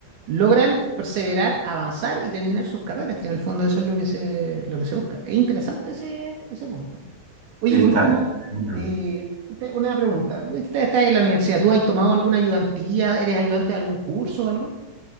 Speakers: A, on the right; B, on the right.
A: logran perseverar, avanzar y terminar sus carreras, que en el fondo eso es lo que se, lo que se busca. Es interesante ese, ese punto. Oye,
B: sí, está.
A: por último,
B: Bueno,
A: eh, te- una pregunta. Estás en la universidad, ¿tú has tomado alguna ayudantía? ¿Eres ayudante de algún curso o algo?